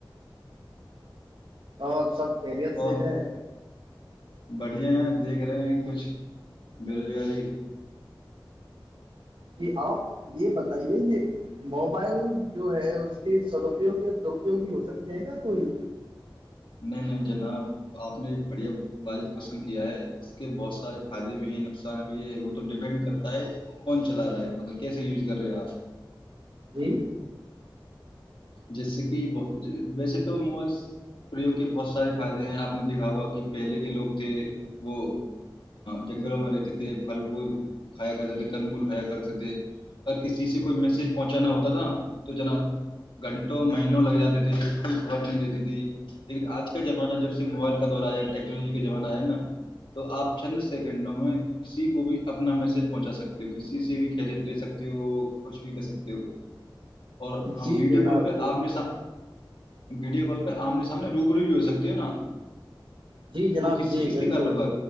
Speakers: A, on the right; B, on the left.
A: اور سب خیریت سے
B: اور
A: ہیں
B: بڑھیا ہیں دیکھ رہے ہیں کچھ بیروزگاری
A: جی اپ یہ بتائیے یہ موبائل جو ہے اس کے سد اپیوگ یا دراپیوگ بھی ہو سکتے ہیں کیا کوئی
B: نہیں نہیں جناب اپ نے بڑھیا موبایل پسند کیا ہے اس کے بہت سارے فائدے بھی ہیں نقصان بھی ہے وہ تو ڈیپینڈ کرتا ہے کون چلا رہا ہے مطلب کیسے یوز کر رہے آپ
A: جی
B: جیسے کہ ویسے تو موبائل پریوگ کے بہت سارے فائدے ہیں اپ نے دیکھا ہوا کہ پہلے کے لوگ تھے وہ جنگلوں میں رہتے تھے پھل پھول کھایا کرتے تھے کند مول کھایا کرتے تھے اور کسی سے کوئی میسج پہنچانا ہوتا تھا تو جناب گھنٹوں مہینوں لگ جاتے تھے کوئی خبر نہیں رہتی تھی لیکن آج کا زمانہ جب سے موبائل کا دور آیا ٹیکنالوجی کا زمانہ آیا نہ تو آپ چند سیکنڈوں میں کسی کو بھی اپنا میسج پہنچا سکتے ہو کسی سے بھی خیریت لے سکتے ہو کچھ بھی کر سکتے ہو اور ہم
A: جی
B: ویڈیو
A: جناب
B: کال پہ
A: جی
B: امنے سا ویڈیو کال پہ آمنے سامنے روبرو بھی ہو سکتے ہے نہ
A: جی جناب
B: وہ کسی
A: جی
B: کس
A: بالکل
B: کے کارن ہوا